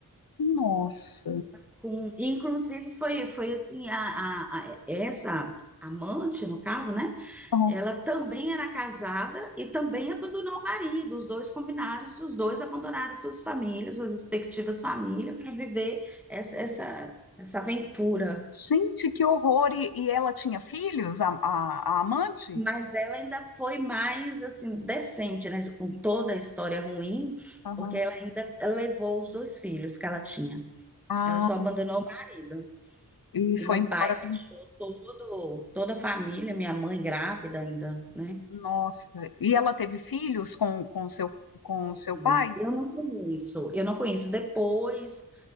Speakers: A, on the left (about 80°); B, in the centre.
A: Nossa.
B: com, inclusive foi foi assim a, a- a- essa amante no caso, né?
A: Aham.
B: Ela também era casada e também abandonou o marido. Os dois combinaram, os dois abandonaram suas famílias, suas respectivas famílias para viver essa, essa essa aventura.
A: Gente, que horror! E, e ela tinha filhos, a, a- a amante?
B: Mas ela ainda foi mais assim decente, né? Com toda a história ruim,
A: Aham.
B: porque ela ainda levou os dois filhos que ela tinha.
A: Ah,
B: Ela só abandonou o marido.
A: e
B: E meu
A: foi embora.
B: pai
A: com-
B: deixou todo, toda a família, minha mãe grávida ainda, né?
A: Nossa. E ela teve filhos com, com seu, com seu
B: E
A: pai?
B: Eu não conheço, eu não conheço. Depois,